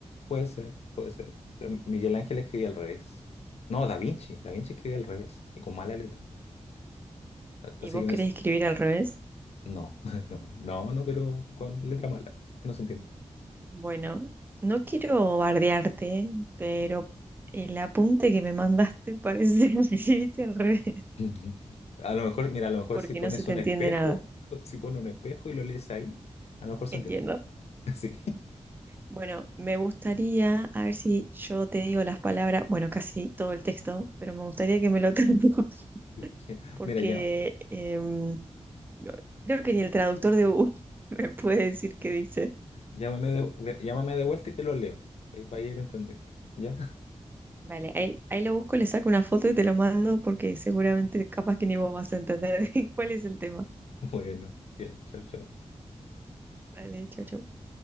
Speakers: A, on the left; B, on the right.
A: Puede ser, puede ser. Pero Miguel Ángel escribía al revés. No, Da Vinci. Da Vinci escribía al revés y con mala letra. A- Así
B: ¿Y vos
A: que me...
B: querés
A: s-
B: escribir al revés?
A: No, <laughs> no, no, no, pero con letra mala. que No se entiende.
B: Bueno, no quiero bardearte, pero el apunte que me mandaste <laughs> parece que lo escribiste al revés,
A: <laughs> A lo mejor, mira, a lo mejor
B: porque
A: si pones
B: no se te
A: un
B: entiende
A: espejo,
B: nada.
A: <laughs> si pones un espejo y lo lees ahí, a lo mejor se
B: Entiendo.
A: entiende. <laughs> Sí.
B: Bueno, me gustaría, a ver si yo te digo las palabras, bueno, casi todo el texto, pero me gustaría que me lo traduzcas, <laughs>
A: <laughs>
B: porque
A: Mira, ya,
B: em, no- creo que ni el traductor de Google <laughs> me puede decir qué dice.
A: llámame de, de- llámame de vuelta y te lo leo. Ahí va a ir entendiendo. ¿Ya?
B: Vale, ahí, ahí lo busco, le saco una foto y te lo mando, porque seguramente capaz que ni vos vas a entender <laughs> cuál es el tema.
A: <laughs> Bueno, ya, chao, chao.
B: vale, chao, chao.